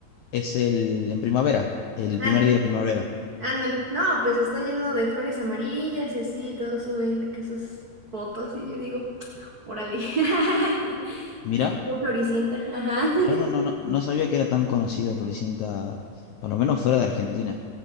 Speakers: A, on the left; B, on the right.
A: Es el en primavera, el
B: Án-
A: primer día de primavera.
B: Ándale, no, pues está lleno de flores amarillas y así, todos suben de que sus fotos y yo digo, órale. <laughs>
A: Mirá,
B: Sí, como floricienta, ajá. <laughs>
A: mirá, no, no, no, no sabía que era tan conocido Floricienta, por lo menos fuera de Argentina.